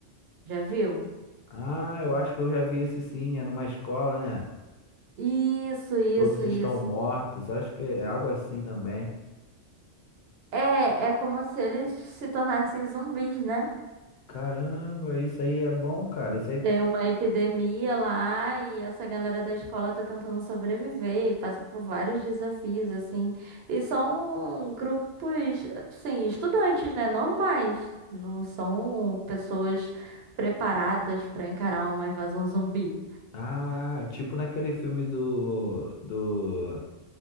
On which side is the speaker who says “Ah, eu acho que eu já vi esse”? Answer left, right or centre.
Left